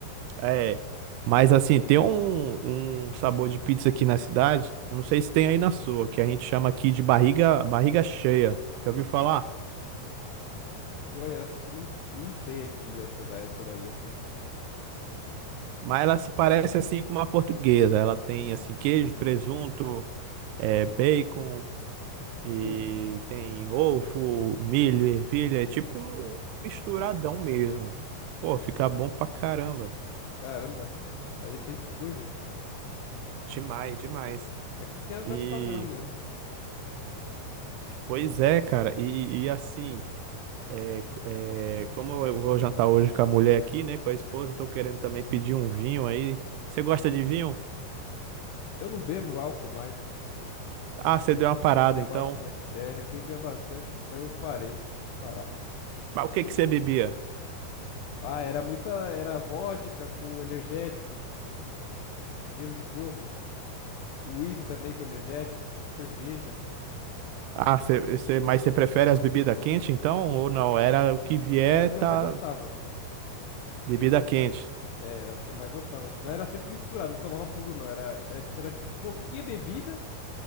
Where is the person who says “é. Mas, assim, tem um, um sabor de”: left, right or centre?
Right